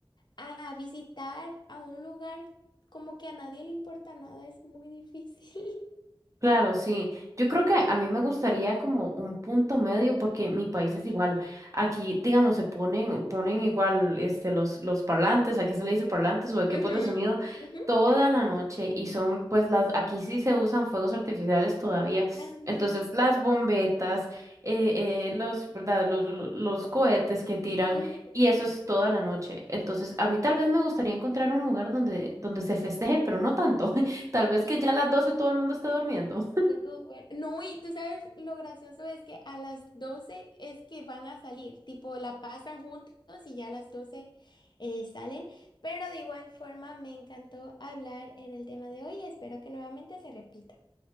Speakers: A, on the left; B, on the right.
A: A visitar a un lugar como que a nadie le importa nada es muy difícil. <laughs>
B: Claro, sí. Yo creo que a mí me gustaría como un punto medio porque mi país
A: Sí,
B: es igual. Aquí, digamos, se ponen, ponen igual este los los parlantes, aquí se le dice parlantes o equipos
A: Ujú,
B: de sonido
A: ujú,
B: toda la noche y son pues las aquí sí se usan fuegos artificiales todavía.
A: también.
B: Entonces, las bombetas, eh, eh, los, ¿verdad? Los, los, los cohetes que tiran
A: ujú.
B: y eso es toda la noche. Entonces, a mí tal
A: Sí,
B: vez me gustaría encontrar un lugar donde donde se festeje, pero no tanto. <laughs> Tal vez
A: sí,
B: que ya a las 12 todo el mundo esté durmiendo.
A: no tú duer- No, y tú sabes lo gracioso es que a las 12 es que van a salir, tipo la pasan juntos y ya a las 12 eh, salen, pero de igual forma me encantó hablar en el tema de hoy y espero que nuevamente se repita.